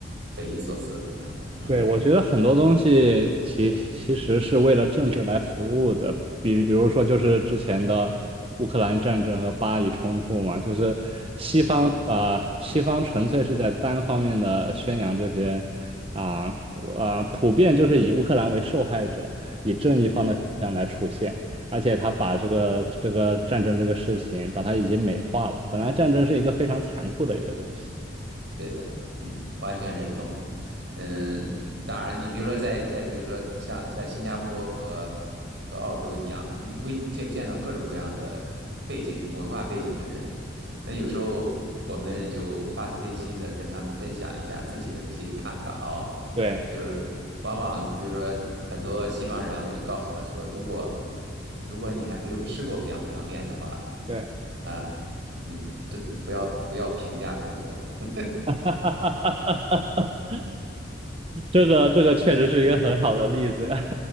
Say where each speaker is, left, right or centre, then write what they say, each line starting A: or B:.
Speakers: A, on the right; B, on the right.
A: 匪夷所思，你知道？嗯
B: 对，我觉得很多东西其其实是为了政治来服务的，比比如说就是之前的乌克兰战争和巴以冲突嘛，就是西方啊、
A: 嗯，
B: 呃西方纯粹是在单方面的宣扬这些啊啊、呃普遍就是以乌克兰为受害者，以正义方的形象来出现，
A: 对
B: 而且他把这个这个战争这个事情把它已经美化了，
A: 对。
B: 本来战争是一个非常残酷的一个东西，
A: 对的，嗯，完全认同。嗯，当然，你比如说在在比如说像在新加坡和和澳洲一样，你会见见到各种各样的背景、文化背景的人。那有时候我们也就发自内心的跟他们分享一下自己的这些看法哦。
B: 对
A: 就是往往比如说很多西方人，我就告诉他说，如果如果你还没有吃过 biang biang 面的话，
B: 对。
A: 啊，你这不要不要评价中国。<laughs>
B: <laughs> 这个这个确实是一个很好的例子呀。